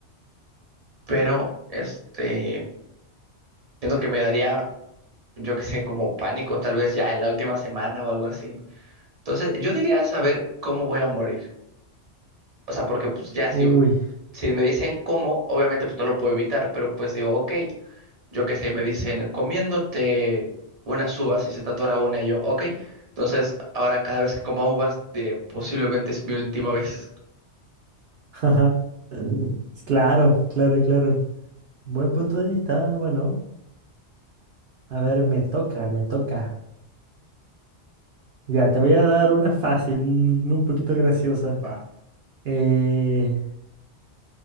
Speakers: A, on the right; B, on the right.
A: Pero, este, siento que me daría, yo qué sé, como pánico, tal vez ya en la última semana o algo así. Entonces, yo diría saber cómo voy a morir. O sea, porque pues ya si,
B: Uy,
A: si me dicen cómo, obviamente pues no lo puedo evitar, pero pues digo, ok, yo qué sé, me dicen comiéndote unas uvas y se tatuará una y yo, ok. Entonces, ahora cada vez que coma uvas diré, posiblemente es mi última vez.
B: <laughs> jaja. Claro, claro, claro. Buen punto de vista, bueno. A ver, me toca, me toca. Ya, te voy a dar una fácil, un poquito graciosa.
A: Ah,
B: Eh,